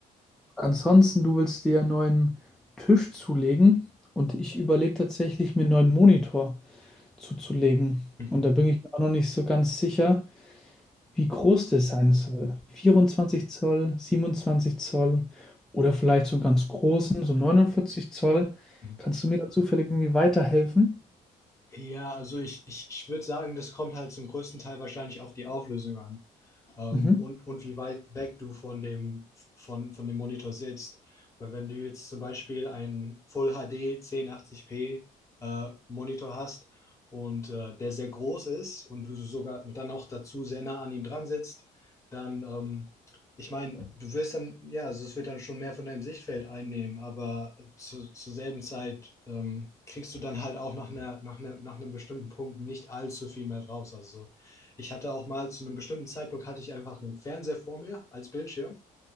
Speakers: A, in the centre; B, on the left.
A: Ansonsten, du willst dir einen neuen Tisch zulegen und ich überlege tatsächlich, mir einen neuen Monitor zuzulegen.
B: <laughs>
A: Und da bin ich mir auch noch nicht so ganz sicher, wie groß das sein soll. 24 Zoll, 27 Zoll oder vielleicht so einen ganz großen, so 49 Zoll.
B: Mhm.
A: Kannst du mir da zufällig irgendwie weiterhelfen?
B: Ja, also ich, ich, ich würde sagen, das kommt halt zum größten Teil wahrscheinlich auf die Auflösung an ähm,
A: Mhm.
B: und, und wie weit weg du von dem, von, von dem Monitor sitzt. Weil wenn du jetzt zum Beispiel einen Full HD 1080p äh, Monitor hast und äh, der sehr groß ist und du sogar dann noch dazu sehr nah an ihm dran sitzt, dann, ähm, ich meine, du wirst dann, ja, also es wird dann schon mehr von deinem Sichtfeld einnehmen, aber zu, zur selben Zeit ähm, kriegst du dann halt auch nach, einer, nach, einer, nach einem bestimmten Punkt nicht allzu viel mehr draus. Also ich hatte auch mal zu einem bestimmten Zeitpunkt hatte ich einfach einen Fernseher vor mir als Bildschirm.